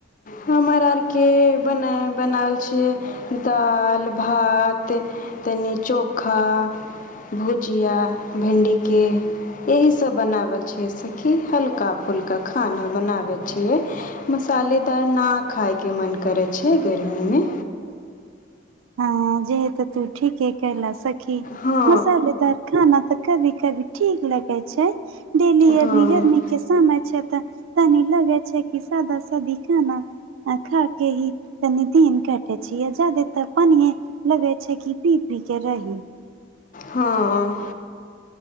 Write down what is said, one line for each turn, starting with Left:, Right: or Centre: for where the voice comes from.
Left: हमर आरके बना बनावल छियै दाल भात तनी चोखा-भुजिया भिंडी के। एसी सभ बनबल छियै, सखी। हल्का-फुल्का खाना बनाबै छियै। मसालेदार ना खायके मन करैत छै गर्मीमे
Right: हँ जे हैतै तू ठीके कैले सखी
Left: हँ
Right: मसालेदार खाना तऽ कभी कभी ठीक लगे छै डेली
Left: हँ
Right: अभी गर्मी के समय छै, तऽ तनी लगै छै की सादा-सादी खाना? आ खा केऽ ही तनि दिन काटै छियै, जादे तऽ पानिये लगै छै कि पी-पी केऽ रहि
Left: हँ